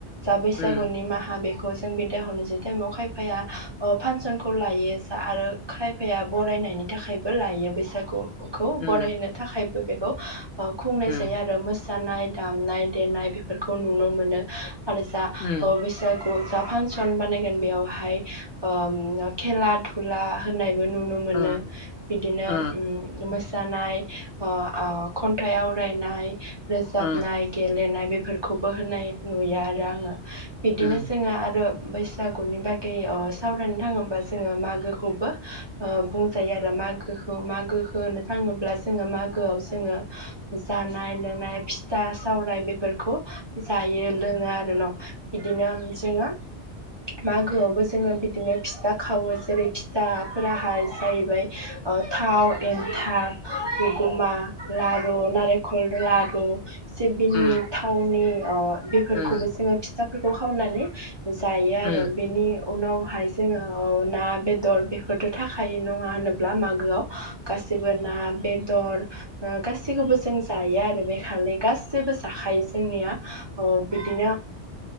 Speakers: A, on the right; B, on the left.
A: जा बैसागुनि
B: उम
A: माहा बे ख जों बिदा हरनिसै थाइमाव खायफाया ओ फानसनखौ लायो जा आरो खायफाया बरायनायनि थाखायबो लायो बैसागु खौ
B: उम
A: बरायनो थाखाय दा बेखौ खुंनाय
B: उम
A: जायो आरो मो जानाय दामनाय देनाय बेफोरखौ नुनो मोनो। आरो जा
B: उम
A: अ बैसागु जा फानसन बानायगोन बेयावहाय ओम खेला दुला होनाय बोनुनो मोनो
B: उम
A: बिदिनो
B: उम
A: ओम मोस जानाय अ अ खन्थाइ आवरायनाय रोजाबनाय
B: उम
A: गेलेनाय बेफोरखौबो होनाय नुयो आर राङो बिदिनो
B: उम
A: जोङो आरो बैसागुनि बागै अ सावरायनो थाङोबा जोङो माग गो खौबो ओ बुं जायो आरो माग गौखौ मागोखो होनो थाङोब्ला जोङो मागोआव जोङो जानाय लोंनाय फि दा सावराय बेफोरखौ जायो लोङो आरो न' बिदिनो जोङो मागोआवबो जोङो बिदिनो फिथा खावो जेरै दाफोराहाय जाहैबाय ओ थाव एन्थाब हुगमा लारु नारेंखल लारु आरो सिबिंनि
B: उम
A: थावनि अ बेफोरखौबो
B: उम
A: जोङो फिथाफोरखौ खावनानै <inaudible> जायो आरो
B: औ
A: बेनि उनावहाय जोङो औ ना बेदर बेफोरथ' थाखायो नङा होनोब्ला मागोआव? गासिबो ना, बेदर ओ गासैखौबो जों जायो आरो बे खालि गासिबो जाखायो जोंनिया अ बिदिनो